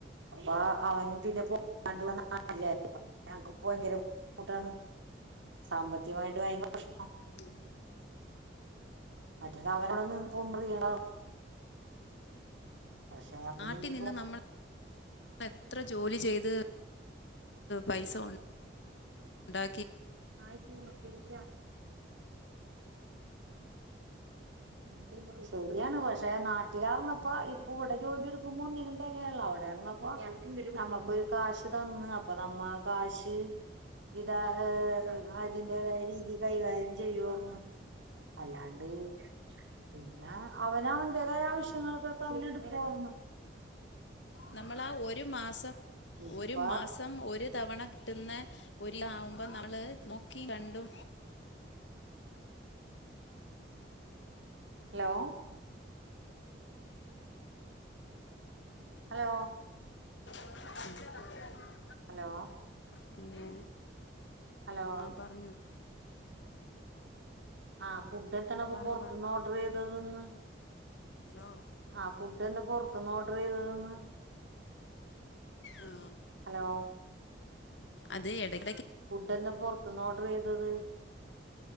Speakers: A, on the right (about 85°); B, on the left (about 75°).
A: അപ്പാ അവന് പിന്നെ പോ <inaudible> ഭയങ്കര ബുദ്ധിമുട്ടാണ് സാമ്പത്ത് കത്യമായിട്ട് ഭയര പ്രഷ്നാണ്
B: ഉം
A: മറ്റേത് അവനവന് <inaudible> പക്ഷെ അവന്
B: നാട്ടിൽ
A: ഇനി
B: നിന്നും
A: പോവാൻ
B: നമ്മൾ എത്ര ജോലി ചെയ്ത് പൈസ ഉണ്ടാ
A: <inaudible> ആഹ് ആഹ് <inaudible> പിന്നെ ശെരിയാണ് പക്ഷെ നാട്ടുകാർ മൊത്തോം ഇപ്പോ ഇവിടെ ജോലി എടുക്കുമ്പോ ഒന്നിനും തെകയണില്ല അവിടെയാ ന്നപ്പോ <unintelligible> നമ്മക്കൊരു കാശ് തന്ന് അപ്പൊ നമ്മ ആ കാശ് ഇതാ ഏ അതിന്റേതായ രീതി കൈകാര്യം ചെയ്യുർവാവന്നു അല്ലാണ്ട് പിന്നെ അവന് അവന്റേതായ ആവശ്യങ്ങൾക്കൊക്കെ അവന് എടുക്കുവാർന്നു
B: നമ്മൾ ആ ഒരു മാസം
A: ഇപ്പ
B: ഒരു മാസം ഒര് തവണ കിട്ടുന്ന ഒരുലാവുമ്പം നമ്മള് നോക്കി കണ്ടു
A: <inaudible> ഹലോ ഹലോ
B: <inaudible>
A: ഹലോ
B: പിന്നെ
A: ഹലോ
B: ആ പറഞ്ഞോ
A: ആഹ് ഫുഡ് എത്തണപ്പം
B: പറഞ്ഞു
A: പുറത്ത്ന്ന് ഓർഡർ ചെയ്ത് തന്ന്
B: ആ
A: ആഹ് ഫുഡ് എന്താ പുറത്തുന്ന് ഓർഡർ ചെയ്തതെന്ന്
B: ആ
A: ഹലോ
B: അത് എടക്
A: ഫുഡ് എന്താ പുറത്തുന്ന് ഓർഡർ ചെയ്തത്